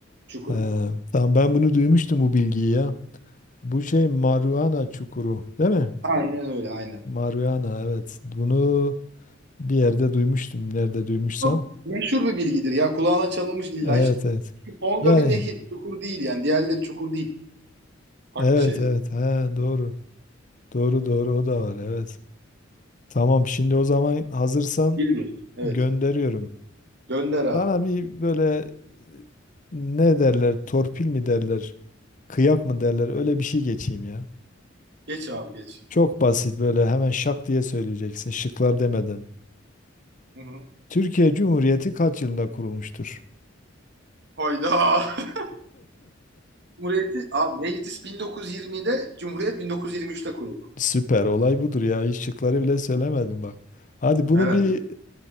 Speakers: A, on the right (about 60°); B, on the left (about 40°).
A: Çukuru.
B: Ee, tamam ben bunu duymuştum bu bilgiyi ya. Bu şey Mariana Çukuru, değil mi?
A: Aynen öyle aynen.
B: Mariana evet. Bunu bir yerde duymuştum. Nerede duymuşsam.
A: Çok meşhur bir bilgidir ya. Kulağına çalınmış illa.
B: Evet
A: Hiç
B: evet.
A: Tonga
B: Yani
A: bir nehir. Çukur değil yani. Diğerleri çukur değil. Farklı
B: Evet
A: şeyler.
B: evet he, doğru. Doğru doğru o da var evet. Tamam şimdi o zaman hazırsan
A: Bir bir. Evet.
B: gönderiyorum.
A: Gönder abi.
B: Bana bir böyle e, ne derler torpil mi derler kıyak mı derler öyle bir şey geçeyim ya.
A: Geç abi geç.
B: Çok basit böyle hemen şak diye söyleyeceksin şıklar demeden.
A: Hı hı.
B: Türkiye Cumhuriyeti kaç yılında kurulmuştur?
A: Hayda. <laughs> Cumhuriyeti, abi, meclis 1920'de, Cumhuriyet 1923'te kuruldu.
B: Süper olay budur ya hiç şıkları bile söylemedim bak. Hadi bunu
A: Herhalde.
B: bir